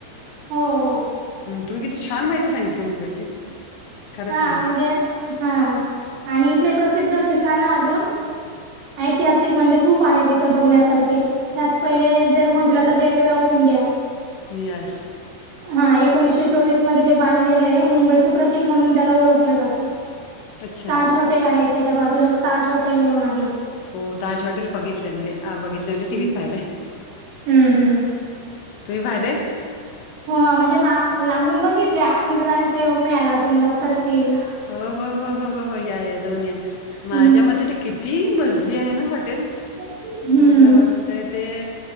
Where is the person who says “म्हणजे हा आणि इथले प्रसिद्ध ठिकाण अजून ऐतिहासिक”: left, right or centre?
Right